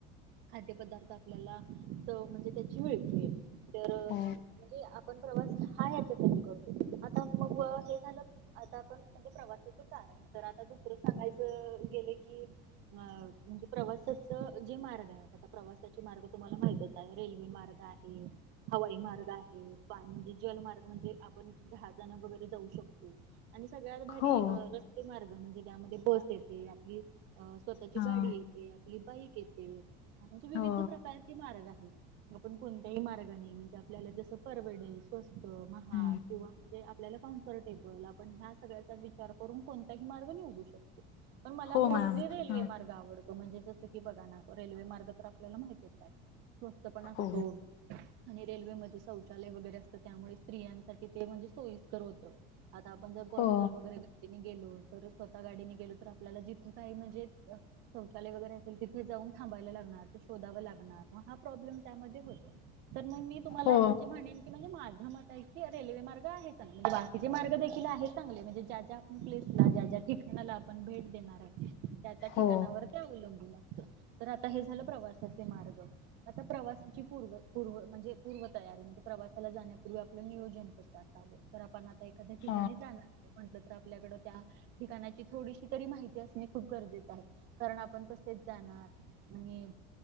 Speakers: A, on the right; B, on the left.
A: खाद्य पदार्थ आपल्याला चव म्हणजे त्याची मिळते. तर
B: हो
A: म्हणजे आपण प्रवास हा ह्याच्यासाठी करतो आता मग हे झालं आता आपण म्हणजे प्रवासाचं कारण तर आता दुसरं सांगायचं गेले की अ.. म्हणजे प्रवासात त जे मार्ग आहेत आता प्रवासाचे मार्ग तुम्हाला माहितच आहे रेल्वे मार्ग आहे. हवाई मार्ग आहे पाणी म्हणजे जलमार्ग म्हणजे आपण दहा जण वगैरे जाऊ शकतो. आणि सगळ्यात भारी
B: हो
A: अ रस्ते मार्ग म्हणजे त्यामध्ये बस येते आपली अ.. स्वतःची
B: हा
A: गाडी येते. लिबाई केेते म्हणजे विविध
B: हो
A: प्रकारचे मार्ग आहेत. आपण कोणत्याही मार्गाने म्हणजे आपल्याला जसं परवडे स्वस्त महाग
B: हम्म
A: किंवा म्हणजे आपल्याला कॉम्फर्ट टेबल आपण ह्या सगळ्याचा विचार करून कोणताही मार्ग निवडू शकतो. पण मला
B: हो
A: मोस्टली
B: मॅम
A: रेल्वे
B: ह
A: मार्ग आवडत म्हणजे जस की बघा ना रेल्वे मार्ग तर आपल्याला माहतीच असतो स्वस्त पण असतो.
B: हो
A: आणि रेल्वेमध्ये शौचालय वगैरे असतं त्यामुळे स्त्रियांसाठी ते म्हणजे सोयीस्कर होत. आता आपण जर पर्सनल
B: हो
A: वगैरे गतीने गेलो तर स्वतः गाडीने गेलो तर आपल्याला जिथं काही म्हणजे शौचालय वगैरे तिथे जाऊन थांबायला लागणार ते शोधावं लागणार महा प्रोब्लेम त्यामध्ये होतो तर मग मी तुम्हाला
B: हो
A: म्हणजे म्हणेल म्हणजे माझ मत आहे की रेल्वे मार्ग आहे चांगले म्हणजे बाकीचे मार्ग देखील आहे चांगले म्हणजे ज्या ज्या लेसला ज्या ज्या ठिकाणाला आपण भेट देणार आहे त्या त्या ठिकाणावर
B: हो
A: त्या अवलंबून आहे तर आता हे झालं प्रवासाचे मार्ग आता प्रवासाची पूर् पूर्व म्हणजे पूर्वतयारी म्हणजे प्रवासाला जाण्यापूर्वी आपलं नियोजन कसं असावं. तर आपण आता एखाद्या ठिकाणी
B: ह
A: जाणार तस आपल्याकड त्या ठिकाणाची थोडीशी तरी माहिती असणे खूप गरजेचे आहे कारण आपण कस तेच जाणार आणि